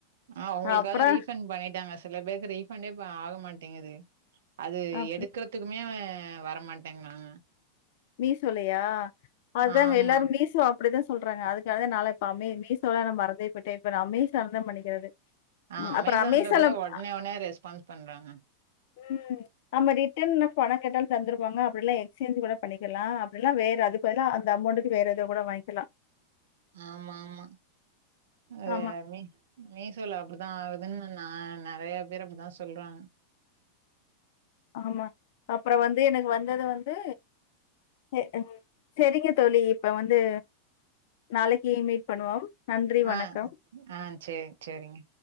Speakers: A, on the right; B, on the left.
A: ஆ உங்களுக்காது
B: அப்பறோ
A: ரீஃபண் பண்ணிட்டாங்க சில பேருக்கு ரீஃபண்டே இப்ப ஆகமாட்டேங்குது அது
B: அப்டி
A: எடுக்கற்த்துக்குமேவ வரமாட்டேங்காங்க
B: மீசோலையா அதாங்க
A: ஆமா
B: எல்லாரு மீசோ அப்டிதா சொல்றாங்க அதுக்காகதா நாலா இப்ப அமே மீசோலா நா மறந்தே போய்ட்டே இப்ப நா அமேசான்தா பண்ணிக்கிறது
A: ஆ
B: ம்
A: அமேசான்ல
B: அப்பறோ அமேசால
A: கூட ஒட்னே ஒட்னே ரெஸ்பான்ஸ் பண்றாங்க
B: ம் நம்ம ரிட்டன்ல பணோ கேட்டாலு தந்துருவாங்க அப்டில்ல எக்ஸ்சேஞ்ச் கூட பண்ணிக்குலா அப்டிலா வேற அதுக் வேணி அந்த அமௌண்டுக்கு வேற எதோ கூட வாய்ங்கில்லா
A: ஆமா ஆமா எல்லார்மே
B: ஆமா,
A: மீசோல அப்டிதா ஆகுதுன்னு நா நெறையா பேர் அப்டிதா சொல்றாங்க
B: ஆமா அப்புறோ வந்து எனக்கு வந்தது வந்து செ ன் செரிங்க தோழி இப்ப வந்து நாளைக்கு மீட் பண்ணுவோம் நன்றி வணக்கம்
A: ஆ ஆ சேரி சேரிங்க